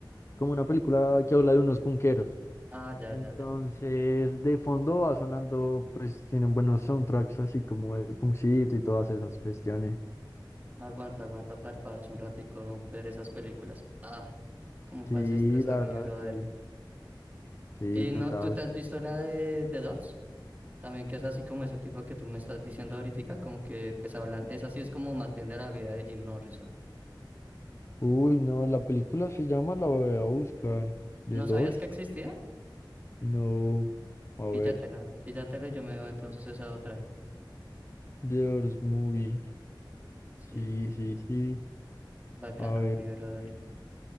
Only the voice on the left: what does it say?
como una película que habla de unos punkeros.
Entonces,
de fondo va sonando, pues tienen buenos soundtracks así como de Punkcito y todas esas cuestiones.
Sí,
la verdad,
sí. Sí,
total.
Uy, no, la película se llama, la voy a buscar. The
Doors.
No, a
ver.
The Doors Movie.
Sí, sí, sí.
A ver.
eh,